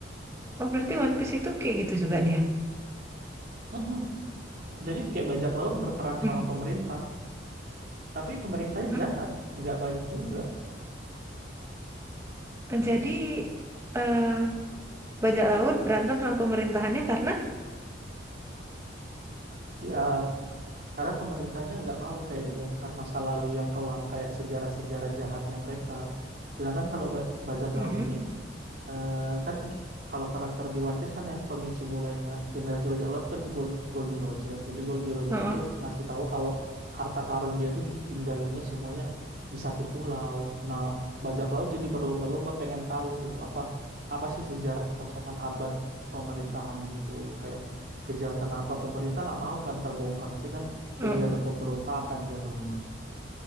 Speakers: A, on the right; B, on the right.
A: Oh, berarti One Piece itu kayak gitu juga dia
B: Mm-mm. Jadi kayak bajak laut berperang
A: Mm-mm.
B: sama pemerintah, tapi pemerintahnya
A: Hah?
B: jahat, nggak baik juga.
A: jadi eh bajak laut berantem sama pemerintahannya karena
B: Ya karena pemerintahnya nggak mau kayak dibongkar masa lalu yang kelam kayak sejarah-sejarah jahatnya mereka. Sedangkan kalau ba- bajak
A: Mm-mm.
B: laut ini Eh, kan kalau karakter di One Piece kan yang pemicu mulainya generasi bajak laut kan Gold, Goldie Roger. Jadi Goldie Roger
A: Oh, oh,
B: itu ngasih tahu kalau harta karun dia itu ditinggalinnya semuanya di satu pulau. Nah, bajak laut jadi berlomba-lomba pengen tahu gitu apa apa sih sejarah kekosongan abad pemerintahan gitu. Kayak kejahatan apa pemerintah nggak mau kan terbongkar. Nanti kan
A: oke.
B: jadi ada pemberontakan jatuhnya.